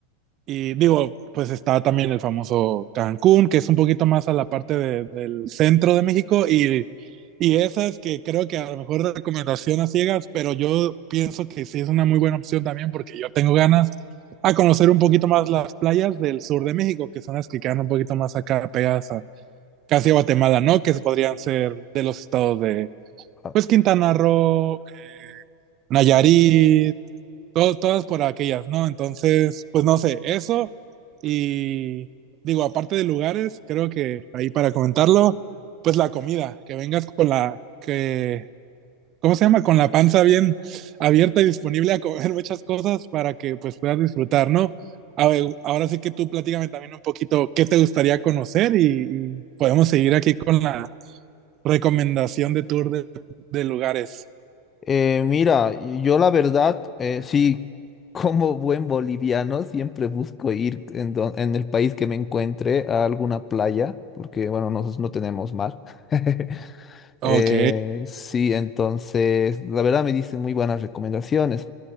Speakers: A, on the right (about 45°); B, on the left (about 25°).
A: Y digo, pues está también el famoso Cancún, que es un poquito más a la parte de- del centro de México y y esa es que creo que a lo mejor recomendación a ciegas, pero yo pienso que sí es una muy buena opción también porque yo tengo ganas a conocer un poquito más las playas del sur de México, que son las que quedan un poquito más acá pegadas a casi a Guatemala, ¿no? Que podrían ser de los estados de,
B: Ah,
A: pues, Quintana Roo, Nayarit, todo, todas por aquellas, ¿no? Entonces, pues no sé, eso y digo, aparte de lugares, creo que ahí para comentarlo, pues la comida, que vengas con la que ¿cómo se llama? Con la panza bien abierta y disponible a comer muchas cosas para que pues puedas disfrutar, ¿no? A ver, ahora sí que tú platícame también un poquito qué te gustaría conocer y, y podemos seguir aquí con la recomendación de tour de, de lugares.
B: eh, mira, yo la verdad, eh, sí, <laughs> como buen boliviano, siempre busco ir en, don- en el país que me encuentre a alguna playa, porque, bueno, nosotros no tenemos mar. <laughs>
A: Ok.
B: Eh, sí, entonces, la verdad me diste muy buenas recomendaciones.